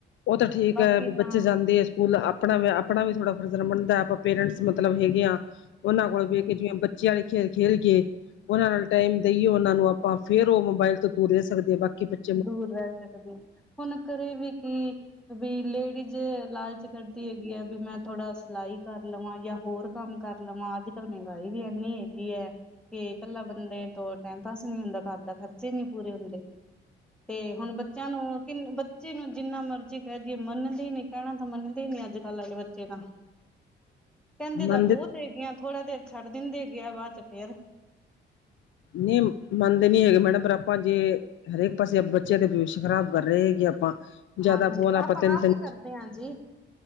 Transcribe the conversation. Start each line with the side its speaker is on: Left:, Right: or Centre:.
Left: ਉਹ ਤਾਂ ਠੀਕ
Centre: ਬਾਕੀ
Left: ਆ ਵੀ
Centre: ਤਾਂ
Left: ਬੱਚੇ ਜਾਂਦੇ ਆ ਸਕੂਲ ਅਪ ਆਪਣਾ, ਆਪਣਾ ਵੀ ਥੋੜਾ ਫਰਜ਼ ਬਣਦਾ, ਆਪਾਂ ਪੇਰੈਂਟਸ ਮਤਲਬ ਹੈਗੇ ਆ, ਉਹਨਾਂ ਕੋਲ
Centre: ਹਾਂਜੀ
Left: ਬੇਹ ਕੇ ਜਿਵੇਂ ਬ ਚੇਹ ਖੇ ਖੇਲ ਕੇ <inaudible> ਉਹਨਾਂ ਨਾਲ ਟਾਈਮ ਦੇਈਏ ਉਹਨਾਂ ਨੂੰ ਆਪਾਂ, ਫੇਰ ਉਹ ਮੋਬਾਇਲ ਤੋਂ ਦੂਰ ਰਹਿ ਸਕਦੇ ਬਾਕੀ ਬਚ
Centre: ਦੂਰ ਰਹਿ ਸਕਦੀ, ਹੁਣ ਘਰੇ ਵੀ ਕੀ ਵੀ ਲੇਡੀਜ਼, ਲਾਲਚ ਕਰਦੀ ਹੈਗੀ ਹੈ, ਵੀ ਮੈਂ ਥੋੜਾ ਸਿਲਾਈ ਕਰ ਲਵਾਂ, ਜਾਂ ਹੋਰ ਕੰਮ ਕਰ ਲਵਾਂ, ਅੱਜ ਕੱਲ ਮਹਿੰਗਾਈ ਵੀ ਇੰਨੀ ਹੈਗੀ ਹੈ। ਤੇ ਇਕੱਲਾ ਬੰਦੇ ਤੋਂ ਟੈਮ ਪਾਸ ਨਹੀਂ ਹੁੰਦਾ, ਘਰ ਦਾ ਖਰਚੇ ਨਹੀਂ ਪੂਰੇ ਹੁੰਦੇ। ਤੇ ਹੁਣ, ਬੱਚਿਆਂ ਨੂੰ ਕਿ ਬੱਚੇ ਨੂੰ ਜਿੰਨਾ ਮਰਜ਼ੀ ਕਹਿ ਦੇਈਏ ਮੰਨਦੇ ਨੀ, ਕਹਿਣਾ ਤਾਂ ਮੰਨਦੇ ਨਈ, ਅੱਜ-ਕੱਲ ਆਲੇ ਬੱਚੇ ਤਾਂ। ਕਹਿੰਦੇ ਤਾਂ
Left: ਮੰਨਦੇ
Centre: ਬਹੁਤ ਹੈਗੇ ਆਂ, ਥੋੜਾ ਦੇਰ ਛੱਡ ਦਿੰਦੇ ਹੈਗੇ ਆ ਬਾਅਦ ਚ ਫੇਰ
Left: ਨੀਂ, ਮੰਨਦੇ ਨੀ ਹੈਗੇ, ਮੈਡਮ ਪਰ ਆਪਾਂ ਜੇ ਹਰੇਕ ਪਾਸੇ, ਆਪ ਬੱਚਿਆਂ ਦਾ ਭਵਿੱਸ਼ ਖ਼ਰਾਬ ਕਰ ਰਹੇ ਹੈ ਆਪਾਂ ਜਿਆਦਾ,
Centre: ਹਾਂਜੀ
Left: ਫੋਨ ਆਪਾਂ ਤਿੰਨ
Centre: ਆਪ
Left: ਤਿਨ
Centre: ਹੀ ਕਰਦੇ
Left: ਚ
Centre: ਹਾਂ ਜੀ